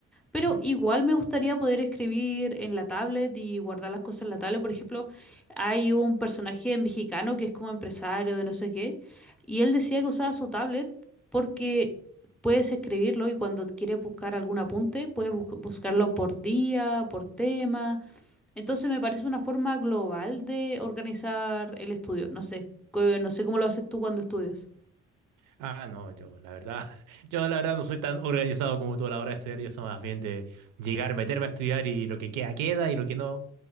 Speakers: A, in the centre; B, on the right (about 85°).
A: pero
B: Ujú.
A: igual me gustaría poder escribir en la tablet y guardar las cosas en la tablet. Por ejemplo, hay un personaje mexicano que es como empresario de no sé qué, y él decía que usaba su tablet porque puedes escribirlo y cuando quieres buscar algún apunte, puedes bus- buscarlo por día, por tema. Entonces me parece una forma global de organizar el estudio. No sé, co- no sé cómo lo haces tú cuando estudias.
B: Ah, no, yo, la verdad, <laughs> yo la verdad no soy tan organizado como tú a la hora de estudiar, yo soy más bien de llegar, meterme a estudiar y lo que queda, queda y lo que no.